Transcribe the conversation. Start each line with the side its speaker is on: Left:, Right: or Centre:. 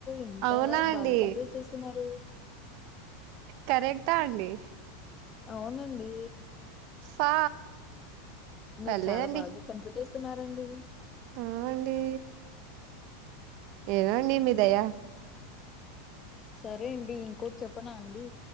Left: ఇంత
Right: అవునా అండి
Left: బాగా కన్ఫ్యూజ్ చేస్తున్నారు
Right: కరెక్టా అండి
Left: అవునండి
Right: ఫా
Left: మీరు
Right: పర్లేదండి
Left: చాలా బాగా కనిపెట్టేస్తున్నారండి
Right: ఆ అండి ఏదో అండి మీ దయ
Left: సరే అండి ఇంకోటి చెప్పనా అండి